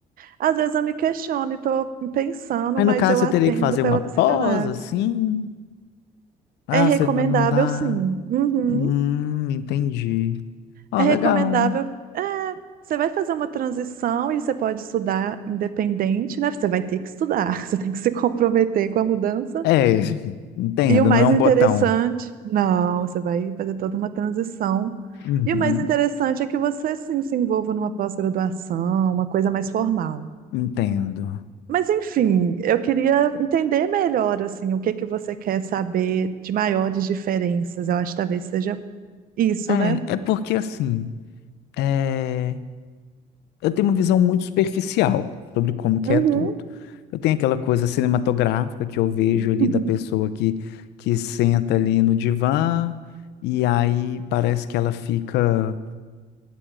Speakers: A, on the right; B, on the left.
A: Às vezes eu me questiono e estou pensando,
B: Aí,
A: mas
B: no caso,
A: eu
B: você
A: atendo
B: teria que fazer
A: pela
B: uma
A: psicanálise.
B: pós, assim? Ah,
A: É recomendável,
B: você vai mudar.
A: sim. Uhum.
B: Hum, entendi. Ó,
A: É recomendável.
B: legal.
A: É, você vai fazer uma transição e você pode estudar independente, né? Você vai ter que estudar, <laughs> você tem que se comprometer com a mudança.
B: É, entendo,
A: E o mais
B: não é um
A: interessante,
B: botão.
A: não, você vai fazer toda uma transição.
B: Uhum,
A: E o mais interessante é que você sim se envolva numa pós-graduação, uma coisa mais formal.
B: entendo.
A: Mas enfim, eu queria entender melhor assim, o que que você quer saber de maiores diferenças. Eu acho que talvez seja isso,
B: É,
A: né?
B: é porque assim, é, eu tenho uma visão muito superficial sobre como que
A: Uhum.
B: é tudo. Eu tenho aquela coisa cinematográfica que eu vejo
A: <laughs>
B: ali da pessoa que, que senta ali no divã e aí parece que ela fica,